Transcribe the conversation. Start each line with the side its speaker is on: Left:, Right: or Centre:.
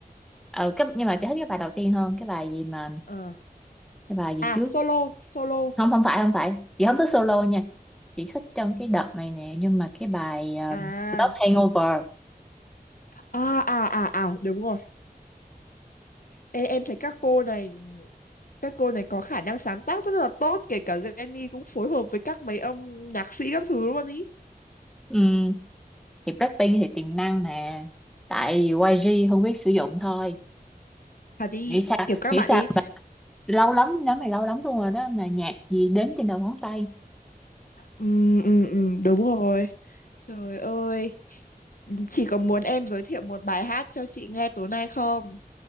Centre: ừ, cái, nhưng mà chị thích cái bài đầu tiên hơn cái bài gì mà
Left: Ờ.
Centre: cái bài gì
Left: à
Centre: trước
Left: solo solo
Centre: không không phải không phải chị không thích solo nha chị thích trong cái đợt này nè nhưng mà cái bài ờ,
Left: à
Centre: Love Hangover
Left: à à à à đúng rồi Ê, em thấy các cô này các cô này có khả năng sáng tác rất là tốt kể cả Jennie cũng phối hợp với các mấy âm nhạc sĩ các thứ luôn ý
Centre: Ừ, thì Blackpink thì tiềm năng nè tại vì YG không biết sử dụng thôi
Left: thật đi
Centre: nghĩ sao
Left: kiểu các
Centre: nghĩ
Left: bạn
Centre: sao
Left: ý
Centre: lâu lắm nhóm này lâu lắm luôn rồi đó mà nhạc gì đến trên đầu ngón tay
Left: ừ, ừ, ừ, đúng rồi trời ơi chị có muốn em giới thiệu một bài hát cho chị nghe tối nay không